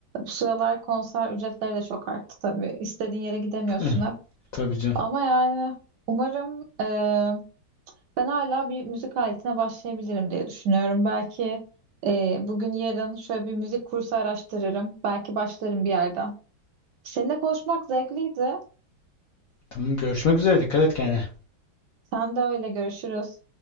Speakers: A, on the right; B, on the left.
A: bu sıralar konser ücretleri de çok arttı tabii. İstediğin yere gidemiyorsun
B: Eh,
A: hep.
B: Tabii canım.
A: Ama yani umarım e, ben hala bir müzik aletine başlayabilirim diye düşünüyorum. Belki e, bugün yarın şöyle bir müzik kursu araştırırım. Belki başlarım bir yerden. Seninle konuşmak zevkliydi.
B: Tamam görüşmek üzere. Dikkat et kendine.
A: Sen de öyle görüşürüz.